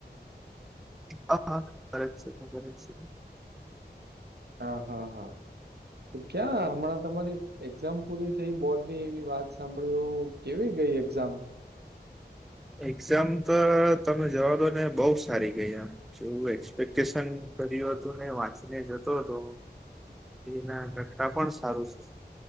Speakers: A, in the centre; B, on the right (about 70°).
A: હા, હા, ફરક છે. ખબર જ છે.
B: હા, હા, હા. તો ક્યાં હમણાં તમારી એક્ઝામ પૂરી થઈ બોર્ડ ની એવી વાત સાંભળ્યો. કેવી ગઈ એક્ઝામ?
A: એક્ઝામ તો તમે જવા દો ને બઉ સારી ગઈ એમ જો એક્સપેક્ટેશન કર્યું હતું ને વાંચીને જતો હતો એના કરતાં પણ સારું છે.